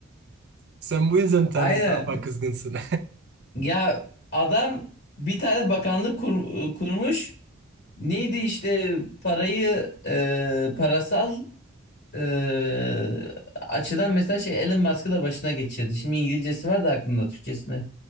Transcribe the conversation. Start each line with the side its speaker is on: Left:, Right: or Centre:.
Right: Sen bu yüzden Donald
Left: Aynen
Right: Trump'a kızgınsın.
Left: ya adam bir tane bakanlık kur- kurmuş neydi işte parayı e, parasal e, açıdan mesela şey Elon Musk'ı da başına geçirdi. Şimdi İngilizcesi var da aklımda Türkçesini